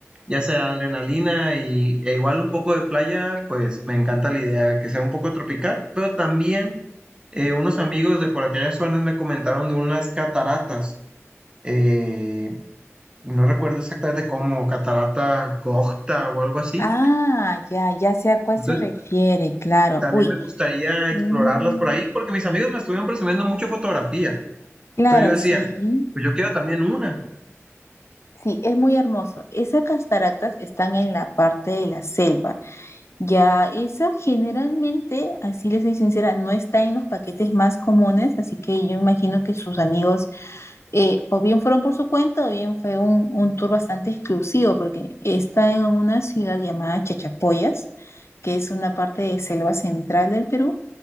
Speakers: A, on the right; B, on the left.
A: ya sea adrenalina y, e igual un poco de playa, pues me encanta la idea que sea un poco tropical, pero también eh, unos amigos de por aquellas zonas me comentaron de unas cataratas eh, no recuerdo exactamente cómo, catarata Gocta o algo así.
B: Ah, ya, ya sé a cuál
A: Entonces,
B: se refiere, claro.
A: también
B: Uy,
A: me gustaría
B: mm,
A: explorarlas por ahí, porque mis amigos me estuvieron presumiendo mucho fotografías.
B: claro,
A: Entonces yo decía,
B: sí,
A: pues yo quiero también una.
B: sí, es muy hermoso. Esas cataratas están en la parte de la selva. Ya, eso generalmente, así les soy sincera, no está en los paquetes más comunes, así que yo imagino que sus amigos eh, o bien fueron por su cuenta o bien fue un, un tour bastante exclusivo, porque está en una ciudad llamada Chachapoyas, que es una parte de selva central del Perú,